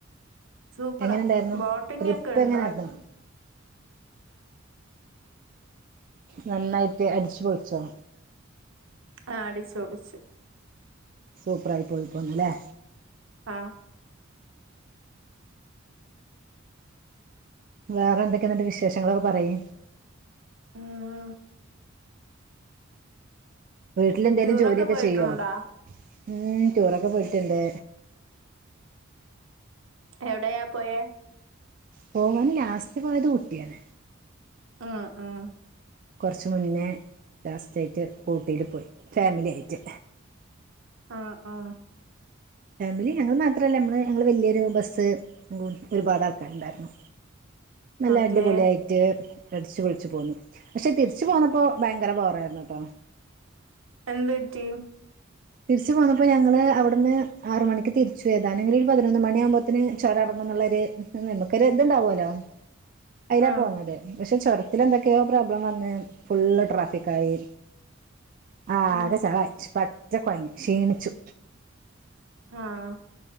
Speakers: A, on the right; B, on the right.
A: സൂപ്പറാ
B: എങ്ങനെണ്ടായിരുന്നു
A: ബോട്ടിംഗ്
B: ട്രിപ്പ്
A: ഒക്കെ ഉണ്ടായിരുന്നു
B: എങ്ങനായിരുന്നു നന്നായിട്ട് അടിച്ചു പൊളിച്ചോ
A: ആ അടിച്ചു പൊളിച്ചു
B: സൂപ്പറായി പോയി പോന്നു ല്ലേ
A: ആഹ്
B: വേറെ എന്തൊക്കെയെന്നിട്ട് വിശേഷങ്ങളൊക്കെ പറയ്
A: ഇമ്
B: വീട്ടില് എന്തെങ്കലും
A: ടൂറൊക്കെ
B: ജോലിയൊക്കെ
A: പോയിട്ടുണ്ടോ
B: ചെയ്യോ ഇമ് ടൂറൊക്കെ പോയിട്ട്ണ്ട്
A: എവിടെയാ പോയേ
B: പോവാൻ ലാസ്റ്റ് പോയത് ഊട്ടിയാണ്
A: ആഹ് ആഹ്
B: കൊറച്ച് മുന്നേ ലാസ്റ്റ് ആയിട്ട് ഊട്ടി പോയി ഫാമിലി ആയിട്ട്
A: ആഹ് ആ
B: ഫാമിലി ഞങ്ങള് മാത്രമല്ല നമ്മൾ ഞങ്ങൾ വലിയൊരു ബസ്സ് ഒരുപാട് ആൾക്കാരുണ്ടായിരുന്നു നല്ല
A: ഓക്കേ
B: അടിപൊളി ആയി റ്റ് അടിച്ച് പൊളിച്ച് പോന്നു പക്ഷേ തിരിച്ച് പോന്നപ്പോൾ ഭയങ്കര ബോറായിരുന്നു ട്ടോ
A: എന്ത്‌ പറ്റി
B: തിരിച്ച് പോന്നപ്പോൾ ഞങ്ങള് അവിട്ന്ന് ആറു മണിക്ക് തിരിച്ച് ഓയതാ അല്ലെങ്കിൽ ഒരു പതിനൊന്ന് മണി ആകുമ്പോത്തേന് ചൊരാറങ്ങുന്ന്ള്ളൊര് നമുക്കൊര് ഇത് ണ്ടാവോലോ അയിലാ
A: ഉം
B: പോന്നത് പക്ഷെ ചുരത്തി എന്തൊക്കെയോ പ്രോബ്ലം വന്ന് ഫുള്ള് ട്രാഫിക്കായി ആ
A: ഉം
B: ആകെ ചളായി പറ്റെ കൊഴങ്ങി ക്ഷീണിച്ചു
A: ആഹ്